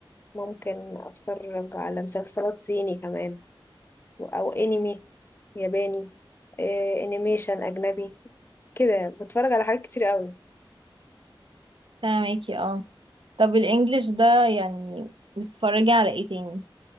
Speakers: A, on the left; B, on the right.
A: ممكن اتفرج على مسلسلات صيني كمان او انمي ياباني آه، انيميشن اجنبي كده يعني، بتفرج على حاجات كتير قوي
B: فاهمكي اه طب الانجليش ده يعني بتتفرجي على ايه تاني